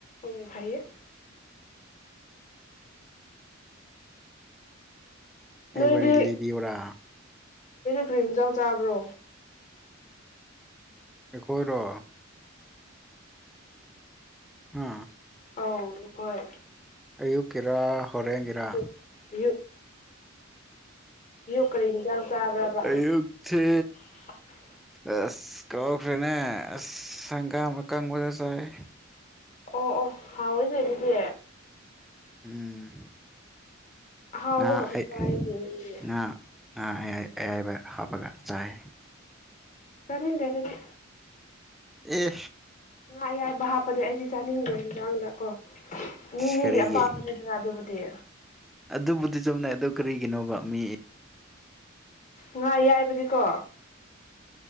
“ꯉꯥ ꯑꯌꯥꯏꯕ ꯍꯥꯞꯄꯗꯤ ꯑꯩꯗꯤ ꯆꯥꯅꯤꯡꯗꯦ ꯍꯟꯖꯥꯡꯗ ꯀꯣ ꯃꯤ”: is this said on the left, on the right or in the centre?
Left